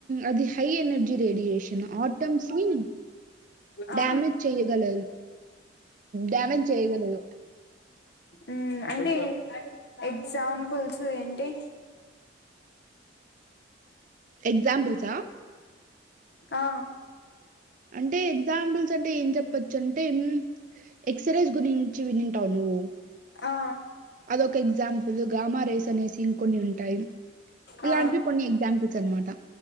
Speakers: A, on the right; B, on the left.
A: అది హై ఎనర్జీ రేడియేషన్ ఆటమ్స్ ని
B: ఆ
A: డ్యామేజ్ చెయగల డ్యామేజ్ చేయగలదు.
B: ఊ అంటే ఎగ్జాంపుల్స్ ఏంటి
A: ఎక్సంపుల్స్
B: ఆ
A: అంటే ఎగ్జాంపుల్స్ అంటే ఏం చెప్ప పచ్చంటే ఎక్సరేస్ గురించి వినుంటావా నువ్వు
B: ఆ
A: అదొక ఎగ్జాంపుల్ గామా రేస్ అనేసి ఇంకొన్ని ఉంటాయి
B: ఆ
A: ఇలాంటివి కొన్ని ఎగ్జాంపుల్స్ అన్నమాట.